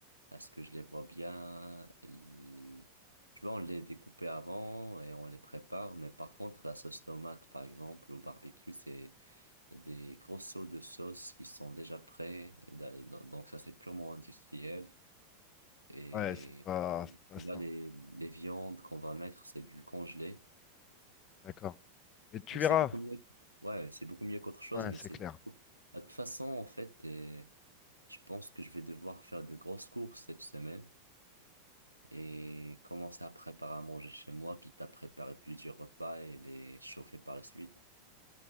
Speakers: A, on the right; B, on the left.
A: Parce que je les vois bien. l- Tu vois, on les découpe avant et on les prépare. Mais par contre, la sauce tomate, par exemple, au barbecue, c'est des gros seaux de sauce qui sont déjà prêts. Da- Donc, ça, c'est purement industriel. Et
B: Ouais, c'est pas,
A: euh,
B: c'est pas
A: tu
B: ça.
A: vois, les, les viandes qu'on va mettre, c'est du congelé.
B: D'accord. Mais tu
A: Mais
B: verras.
A: c'est beaucoup mieux. Ouais, c'est beaucoup mieux qu'autre chose,
B: Ouais,
A: mais
B: c'est
A: c'est...
B: clair.
A: beaucoup- Ah, De toute façon, en fait, euh, je pense que je vais devoir faire de grosses courses cette semaine et commencer à préparer à manger chez moi, quitte à préparer plusieurs repas et les chauffer par la suite.